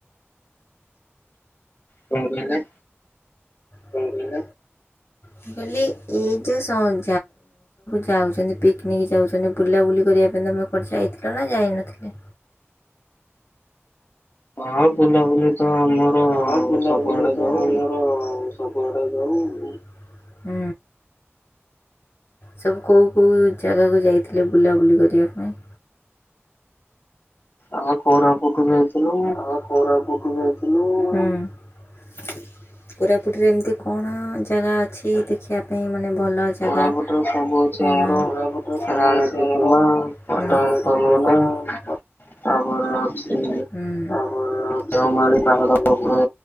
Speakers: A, on the left (about 45°); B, on the left (about 70°).
A: କଣ କହିଲେ?
B: କଣ କହିଲେ? ମୁଁ କହିଲି ଏଇ ଯୋଉ ସବୁ ଯାଉଛନ୍ତି ପିକନିକ୍ ଯାଉଛନ୍ତି ବୁଲାବୁଲି କରିବା ପାଇଁ ତମେ କୁଆଡେ ଯାଇଥିଲେ ନା ଯାଇନଥିଲେ?
A: ହଁ ବୁଲାବୁଲି ତ ଆମର
B: ହଁ ବୁଲାବୁଲି
A: ସବୁଆଡେ
B: ତ
A: ଯାଉ।
B: ଆମର ସବୁଆଡେ ଯାଉ ହୁଁ। ସବୁ କୋଉ କୋଉ ଜାଗାକୁ ଯାଇଥିଲେ ବୁଲାବୁଲି କରିବା ପାଇଁ?
A: ଆଉ କୋରାପୁଟ ଯାଇଥିଲୁ
B: ଆମେ କୋରାପୁଟ ଯାଇଥିଲୁ, ହୁଁ। କୋରାପୁଟରେ ଏମିତି କଣ ଜାଗା ଅଛି ଦେଖିବା ପାଇଁ ମାନେ ଭଲ ଜାଗା
A: କୋରାପୁଟରେ ସବୁ ଅଛି
B: କଣ,
A: ଆମର
B: କୋରାପୁଟରେ ସବୁ
A: ରାଣୀ
B: ଅଛି
A: ଡୁଡୁମା
B: ଆମର
A: ୱାଟର
B: ରା
A: ଫଲ୍ ଗୋଟେ
B: <unintelligible>
A: ତାପରେ ଅଛି
B: ହୁଁ ତାପରେ ଅଛି
A: ଦେଓମାଳି ପାହାଡ ଉପରେ